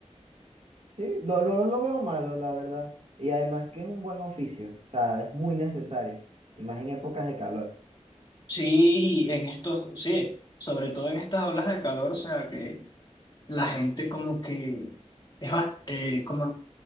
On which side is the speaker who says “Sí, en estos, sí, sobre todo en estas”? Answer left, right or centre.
Left